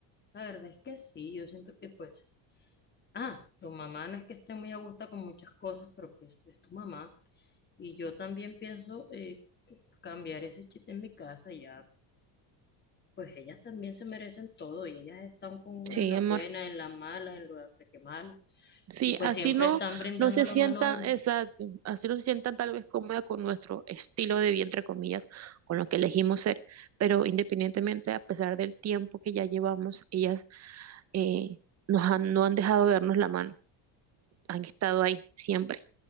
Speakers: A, on the left (about 20°); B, on the right (about 30°).
A: la verdad es que sí, yo siento que pues... Ah, tu mamá no es que esté muy a gusto con muchas cosas, pero pues es tu mamá. Y yo también pienso eh, cambiar ese chiste en mi casa, ya, pues ellas también se merecen todo y ellas están con uno
B: Sí,
A: en la
B: amor.
A: buena, en la mala, en lo que mala,
B: Sí,
A: y pues
B: así
A: siempre
B: no,
A: están brindando
B: no se
A: la
B: sientan,
A: mano a uno.
B: exacto, así no se sientan tal vez cómoda con nuestro estilo de vida, entre comillas, con lo que elegimos ser, pero independientemente, a pesar del tiempo que ya llevamos, ellas eh, nos han, no han dejado de darnos la mano, han estado ahí siempre.